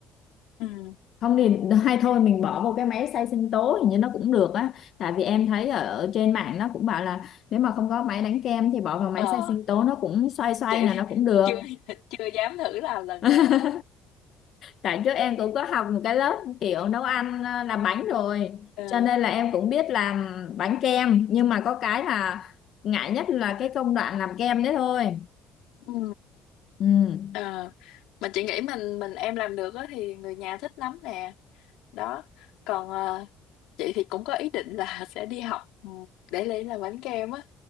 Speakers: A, on the left; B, on the left.
A: ừ.
B: không thì hay thôi mình bỏ vào cái máy xay sinh tố hình như nó cũng được á tại vì em thấy ở trên mạng nó cũng bảo là nếu mà không có máy đánh kem thì bỏ vào máy
A: ờ
B: xay sinh tố nó cũng xoay xoay
A: chị
B: là
A: thì
B: nó
A: <laughs>
B: cũng được
A: chưa chưa dám thử làm lần
B: <laughs>
A: nào hết
B: tại trước em cũng có học một cái lớp kiểu nấu ăn à, làm bánh rồi
A: ờ
B: cho nên là em cũng biết làm bánh kem nhưng mà có cái là ngại nhất là cái công đoạn làm kem đấy thôi
A: ừ.
B: ừ
A: ờ mà chị nghĩ mình mình em làm được á thì người nhà thích lắm nè đó còn ờ, chị thì cũng có ý định là <laughs> sẽ đi học ừ, để lấy làm bánh kem á